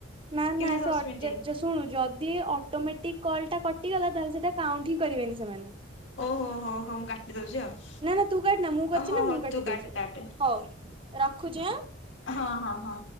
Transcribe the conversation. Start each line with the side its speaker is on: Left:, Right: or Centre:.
Right: ନା
Left: କି
Right: ନା
Left: ନାଇଁ
Right: ସେ
Left: ଦଶ ମିନିଟ।
Right: ଶୁଣୁ ଯଦି ଅଟୋମେଟିକ କଲ୍ ଟା କଟିଗଲା ତାହେଲେ ସେଇଟା କାଉଣ୍ଟ ହିଁ କରିବେନି ସେମାନେ
Left: ଓହୋ ହୋ ହୋ ମୁଁ କାଟିଦଉଛି ଆଉ
Right: ନା ନା ତୁ କାଟିନା ମୁଁ କରିଛି
Left: ହଉ
Right: ନା
Left: ହଉ
Right: ମୁଁ କାଟି
Left: ତୁ
Right: ଦଉଛି
Left: କାଟେ କାଟେ
Right: ହଉ ରଖୁଛି ଆଁ
Left: ହଁ ହଁ ହଁ